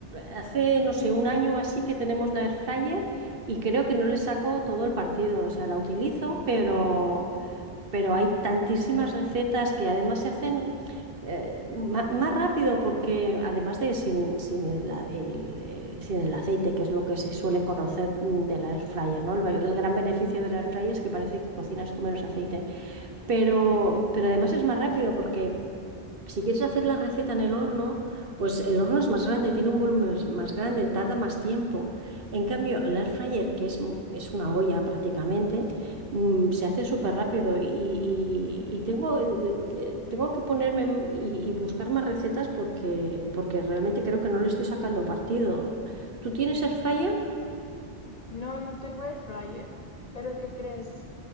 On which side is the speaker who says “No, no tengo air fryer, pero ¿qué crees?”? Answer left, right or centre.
Left